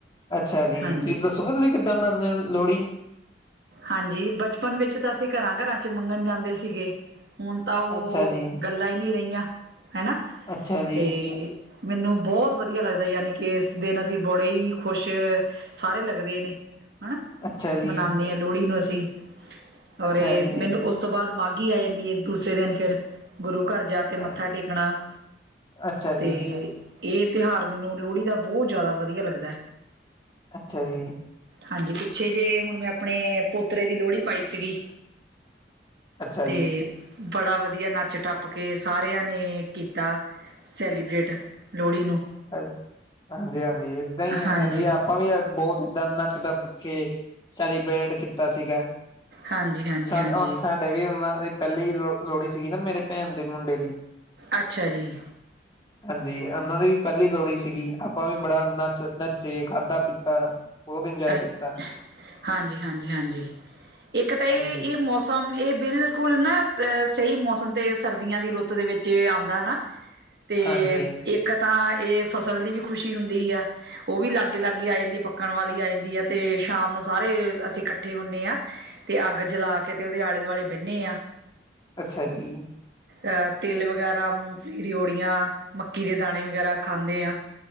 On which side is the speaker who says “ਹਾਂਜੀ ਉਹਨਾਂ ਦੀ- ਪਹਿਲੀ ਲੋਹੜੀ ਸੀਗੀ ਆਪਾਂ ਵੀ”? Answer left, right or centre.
Left